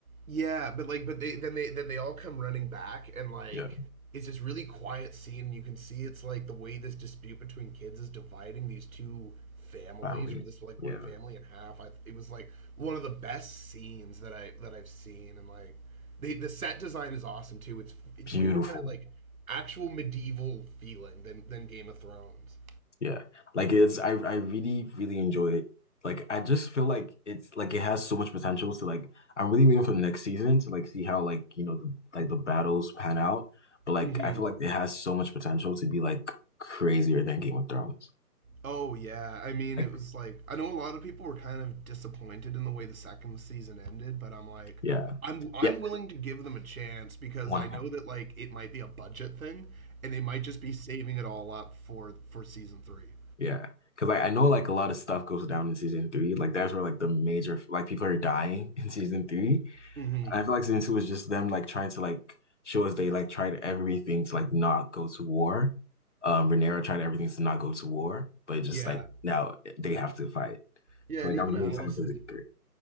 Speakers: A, on the right; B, on the left.
A: Yeah, but like, but they then they then they all come running back, and like,
B: Yeah.
A: it's this really quiet scene. you can see it's like the way this dispute between kids is dividing these two families,
B: Families,
A: or this like one
B: Yeah.
A: family in half. I, it was like one of the best scenes that I that I've seen, and like, they the set design is awesome too. It's it's
B: Beautiful.
A: way more kind of like actual medieval feeling than than Game of Thrones.
B: Yeah. Like it's I I really, really enjoy it. Like I just feel like it's like it has so much potential. So like I'm really waiting for the next season to like see how like you know the like the battles pan out. But like
A: hmm
B: I feel like it has so much potential to be like crazier than Game of Thrones.
A: Oh yeah, I mean
B: Like
A: it was like I know a lot of people were kind of disappointed in the way the second season ended, but I'm like
B: yeah.
A: I'm I'm
B: Yeah.
A: willing to give them a chance because
B: One
A: I
B: hundred.
A: know that like it might be a budget thing and they might just be saving it all up for for season 3.
B: Yeah. Cause like I know like a lot of stuff goes down in season three. Like that's where like the major like people are dying <laughs> in season three.
A: mm Mhm.
B: I feel like season two was just them like trying to like show us they like tried everything to like not go to war. Um, Rhaenyra tried everything to not go to war, but just
A: Yeah.
B: like now they have to fight.
A: Yeah,
B: So
A: and
B: like
A: even
B: I'm really
A: Allison
B: excited for the three.